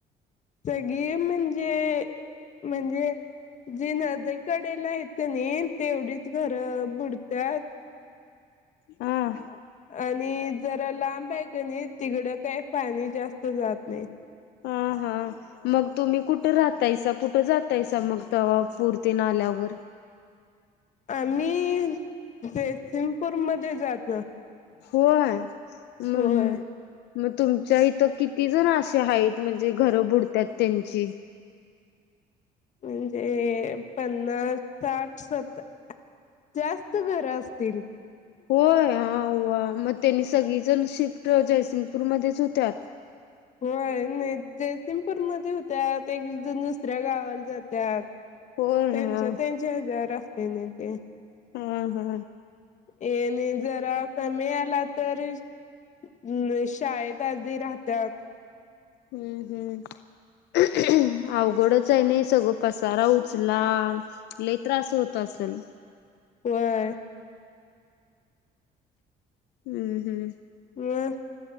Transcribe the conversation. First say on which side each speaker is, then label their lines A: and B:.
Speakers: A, on the left; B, on the left.
A: सगळी <unintelligible> म्हणजे जी नदीकडेला आहेत कणी तेवढीच घर बुडतात.
B: हा
A: आ आणि जरा लांब आहे कनी तिकडं काही पाणी जास्त जात नाही
B: हा हा मग तुम्ही कुठे राहतायसा कुठे जात जात्यासा मग तवा पूर तेन आल्यावर
A: आम्ही जयसिंगपूरमध्ये जातो
B: होय म
A: होय
B: मग तुमच्या इथं किती जण असे आहेत म्हणजे घर बुडतात त्यांची
A: म्हणजे पन्नास साठ सत्तर जास्त घर असतील
B: होय आव्वा मग त्यांनी सगळीजण शिफ्ट जयसिंगपूरमध्येच होत्यात
A: होय जयसिंगपूरमध्ये होत्यात एक एकजन दुसऱ्या गावाला जात्यात
B: होय
A: त्यांच्या
B: हा
A: त्यांच्या घर असते ना ते
B: हा हा
A: ये न जरा कमी आला तर मुले शाळेत आधी राहतात
B: हम्म हम्म अवघडच आहे नाही सगळं पसारा उचला लई त्रास होत असेल
A: व्हय
B: हम्म हम्म
A: हम्